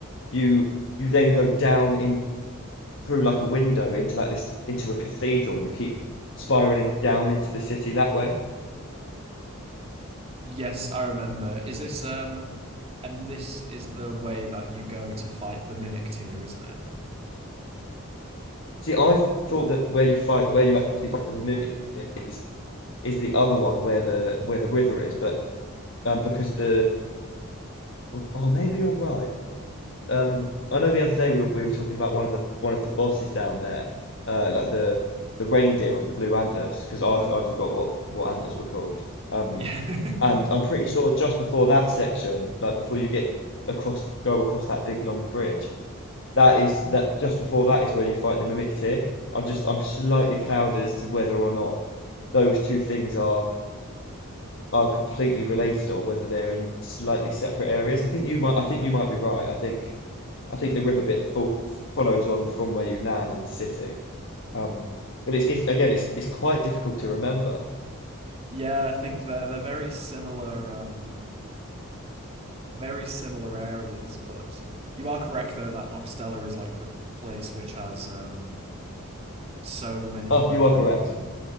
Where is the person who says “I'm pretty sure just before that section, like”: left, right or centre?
Left